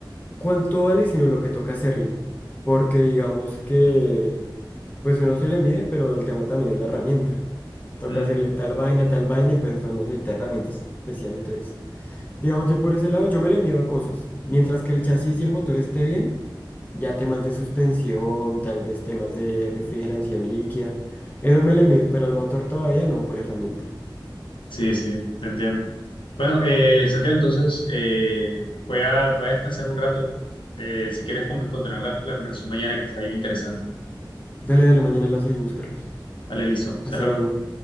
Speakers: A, on the left; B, on the left.
A: cuánto vale, sino lo que toca hacerle. Porque digamos que, pues uno se le mide, pero el tema también es la herramienta. Toca
B: Mm,
A: hacerle tal vaina, tal vaina, y pues eso necesita herramientas especiales, entonces. Digamos, yo por ese lado, yo me le mido a cosas. Mientras que el chasis y el motor esté bien, ya temas de suspensión, tal vez temas de refrigeración líquida, eso me le mido, pero al motor todavía no, por herramienta.
B: sí, sí, te entiendo. Bueno, eh, Santiago, entonces eh, voy a, voy a descansar un rato. Eh, si quieres, como continuar la, la conversación mañana, que está bien interesante.
A: Dale, dale, mañana la seguimos, Carlos.
B: Vale, listo.
A: Hasta
B: Hasta luego.
A: luego.